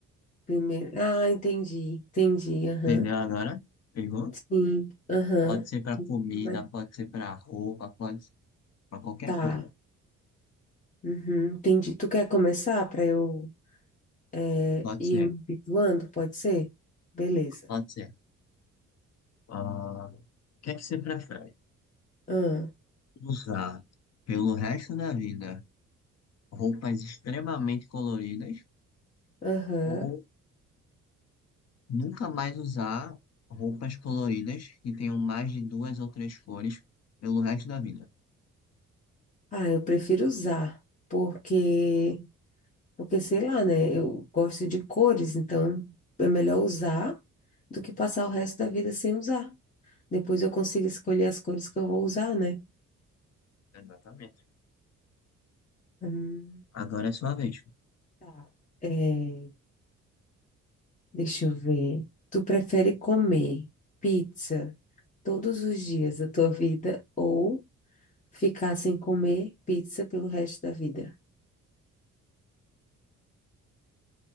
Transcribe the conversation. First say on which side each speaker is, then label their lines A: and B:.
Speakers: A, on the left; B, on the left.
A: Primeiro. Ah, entendi, entendi, aham.
B: Entendeu agora? Pegou?
A: Sim, aham.
B: Pode ser pra comida,
A: Mas
B: pode ser pra roupa, pode ser pra qualquer
A: Tá.
B: coisa.
A: Uhum, entendi. Tu quer começar para eu é,
B: Pode
A: ir
B: ser,
A: me habituando? Pode ser? Beleza.
B: pode ser. Ah, o que é que você prefere?
A: Ah,
B: Usar pelo resto da vida roupas extremamente coloridas
A: aham.
B: ou nunca mais usar roupas coloridas que tenham mais de duas ou três cores pelo resto da vida?
A: Ah, eu prefiro usar, porque, porque sei lá, né? Eu gosto de cores, então é melhor usar do que passar o resto da vida sem usar. Depois eu consigo escolher as cores que eu vou usar, né?
B: Exatamente.
A: Hum,
B: Agora é sua vez.
A: tá. É, Deixa eu ver. Tu prefere comer pizza todos os dias da tua vida ou ficar sem comer pizza pelo resto da vida?